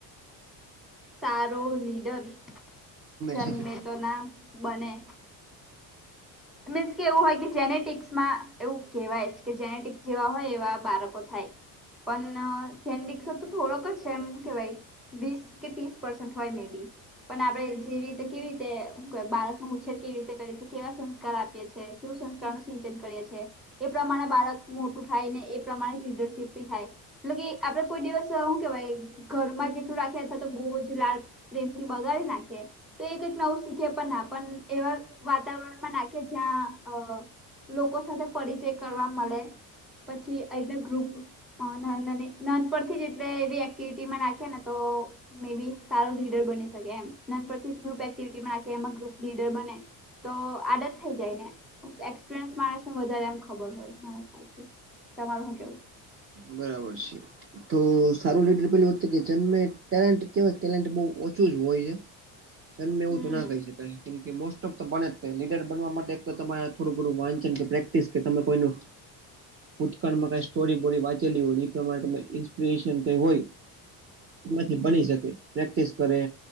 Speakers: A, in the centre; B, on the right.
A: સારો લીડર જન્મે
B: છે કે બને
A: તો ના બને. મીન્સ કે એવું હોય જેનેટિક્સ માં એવું કહેવાય કે જેનેટિક્સ જેવા હોય એવા બાળકો થાય. પણ ઓન્ડીકસ તો થોડોક જ છે, એમ કેવાઈ વીસ કે ત્રીસ પરસેન્ટ હોય મેબી. પણ આપડે જેવી રીતે કેવી રીતે બાળક ન ઉછેર કેવી રીતે કરે છે, કેવા સં કાર આપીએ છીએ કેવું સંસ્કાર નું સિંચન કરીએ છીએ. એ પ્રમાણે બાળક મોટું થાય ને એ પ્રમાણે લીડરશીપી થાય. મતલબ કે આપડે કોઈ દિવસ શું કેવાય ઘર માં જેટલું રાખ્યાથા તો બહુ જ લાળ પ્રેમથી બગાડી નાખે તો એક જ આવું શીખે પણ ના પણ એવા વાતાવરણમાં નાખે કે જ્યાં અ લોકો સાથે પરિચય કરવા મળે પછી અહીંના ગ્રુપ હ ન નન પરથી એટલે એવી એક્ટિવિટીમાં નાખે ને તો મે બી સારો લીડર બની શકે એમ નાન પરથી ગ્રુપ એક્ટિવિટીમાં એ ગ્રુપ લીડર બને. તો આડત થ જાય ને એક્સપિરયસ મા વધારે એમ ખબર હોય મારાયાથી, તમાર શું કેવું?
B: બરાબર છે, તો સારું લીડર પે વખતે કે જન્ટેલે કે ઓછું જ હોય છે. જન્મે એવું
A: હમ
B: તો ના કહી શકાય કેમકે મો તો બને જ લીડર બનવા માટે તમારે થોડું વાંચન કે પ્રેક્ટિસ કે તમે કોઈ ભૂતકાળમાં કઈ સ્ટોરી બોરી વાંચેલી હોય એ પ્રમાણે તમે ઇન્સ્પિરેશન કઈ હોય એમાંથી બની શકે પ્રેક્ટિસ કરે